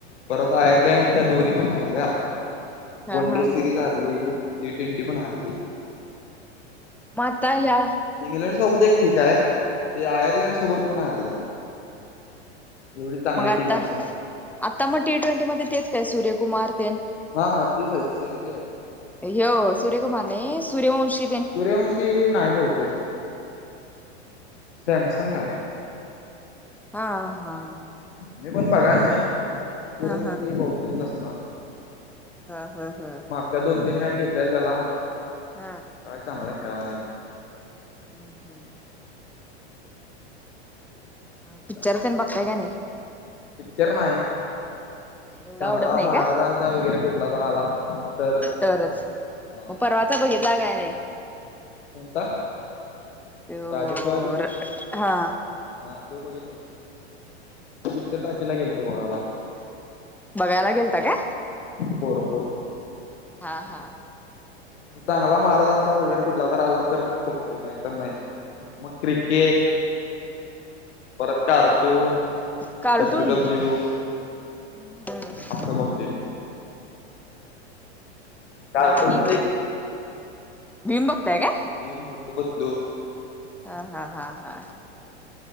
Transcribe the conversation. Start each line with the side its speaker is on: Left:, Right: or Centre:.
Left: परत आयर्लंड, त्या दोन्ही पण हारल्या.
Centre: हा
Left: वन
Centre: हा
Left: डे सिरीज
Centre: हा
Left: हारली, टी ट्वेंटी पण हारली.
Centre: माता या
Left: इंग्लंडसोबत एक ठीक आहे, ते आयर्लंडसोबत पण हरले आहेत. एवढी चांगली
Centre: मग आता
Left: टीम असून.
Centre: आता मग टी ट्वेंटीमध्ये तेच काय, सूर्यकुमार ते?
Left: हा हा तेच आहेत सेम प्लेअर आहेत.
Centre: व, सूर्यकुमार नाही, सूर्यवंशी टेन.
Left: सूर्यवंशी नाही बहुतेक, सॅमसंग आहे.
Centre: हा हा.
Left: मी पण बघायला
Centre: हा
Left: नाही, सुरंग
Centre: हा
Left: क बहुतेक नसणारच.
Centre: हा हा हा.
Left: त्या दोन-तीन मॅच घेतलेला त्याला.
Centre: हा.
Left: काय चांगला खेळा नाहीे.
Centre: हम् हम्. पिक्चर
Left: त्यामुळे
Centre: तर बघताय का नाही?
Left: पिक्चर नाई.
Centre: नाही एवढं
Left: चांगला
Centre: आवडत नाही
Left: महाराजांचा
Centre: काय
Left: वगैरे कुठला तर आला तरच.
Centre: तरच.
Left: हा
Centre: मग परवाचा
Left: नाहीतर
Centre: बघितला काय नाही.
Left: कोणता.
Centre: तो
Left: राजेश शिवाजी,
Centre: हा
Left: हा ते बघितलं. पिक्चर टाकीला गेलतो बघायला.
Centre: बघायला गेलता काय.
Left: पोर-पोर
Centre: हा-हा
Left: चांगला महाराजांचा वगैरे कुठला तर आला तर, बघतोय, नाही तर नाही. मग क्रिकेट. परत कार्टून,
Centre: कार्टून
Left: डब्ल्यू-डब्ल्यू.
Centre: हम्म
Left: असं बघते मी, कार्टून
Centre: आणि
Left: म
Centre: भीम बागताय काय.
Left: भीम, मोठू पतलू.
Centre: हा-हा-हा-हा.